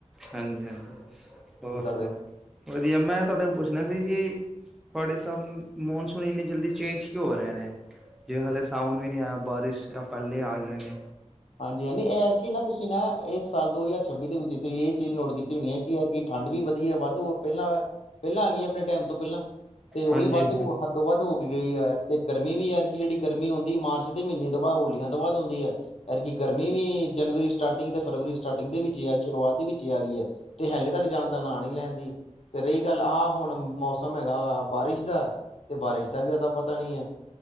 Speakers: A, in the centre; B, on the left (about 60°).
A: ਹਾਂਜੀ- ਹਾਂਜੀ ਹੋਰ ਸੁਣਾਓ
B: ਰਹੇ
A: ਵਧੀਆ ਮੈ ਤੁਹਾਡੇ ਕੋਲ ਪੁੱਛਣਾ ਸੀ ਜੀ- ਤੁਹਾਡੇ ਹਿਸਾਬ ਮੌਨਸਨ ਇਨੇ ਜਲਦੀ ਚੇਜ ਕਿਓ ਹੋ ਰਹੇ ਨੇ- ਜਿਵੇਂ ਹਾਲੇ ਸਾਵਣ ਵੀ ਨਹੀ ਆਇਆ ਬਾਰਿਸ਼ ਪਹਿਲੇ ਆ ਗਈਆਂ ਨੇ-
B: ਹਾਂਜੀ- ਹਾਂਜੀ ਇਹ ਕਿ ਨਾ ਤੁਸੀਂ ਨਾ ਇਸ ਸਾਲ ਦੋ ਹਜ਼ਾਰ ਛੱਬੀ ਦੇ ਵਿਚ ਇਹ ਚੀਜ ਨੋਟ ਕੀਤੀ ਹੋਣੀ ਹੈ। ਕੀ ਯਾਰ ਕਿ ਠੰਡ ਵੀ ਵਧੀਆ ਵਾਧੂ ਪਹਿਲਾਂ- ਪਹਿਲਾਂ ਆ ਗਈ ਆਪਣੇ ਟਾਈਮ ਤੋ ਪਹਿਲਾਂ- ਤੇ ਉਹ
A: ਹਾਂਜੀ
B: ਵੀ ਵੱਧ ਹੱਦੋ ਵੱਧ ਹੋ- ਗਈ ਯਾਰ ਗਰਮੀ ਵੀ ਯਾਰ ਕਿ ਜਿਹੜੀ ਗਰਮੀ ਆਉਦੀ ਮਾਰਚ ਦੇ ਮਹੀਨੇ ਤੋ ਬਾਅਦ ਹੋਲੀਆਂ ਤੋ ਬਾਅਦ ਆਉਦੀ ਹੈ। ਐਤਕੀ ਗਰਮੀ ਵੀ ਜਨਵਰੀ ਸਟਾਰਟਿੰਗ ਤੇ ਫਰਵਰੀ ਸਟਾਰਟਿੰਗ ਦੇ ਵਿਚ ਹੀ ਆ ਸ਼ੁਰੂਆਤ ਦੇ ਵਿਚ ਹੀ ਆ ਗਈ ਐ। ਤੇ ਹਲੇ ਤੱਕ ਜਾਨ ਦਾ ਨਾ ਨੀ ਲੈਦੀ- ਤੇ ਰਹੀ ਗੱਲ ਆਹ ਹੁਣ ਮੌਸਮ ਹੈਗਾ ਬਾਰਿਸ਼ ਦਾ- ਤੇ ਬਾਰਿਸ਼ ਦਾ ਵੀ ਅਤਾ ਪਤਾ ਨੀ ਹੈ।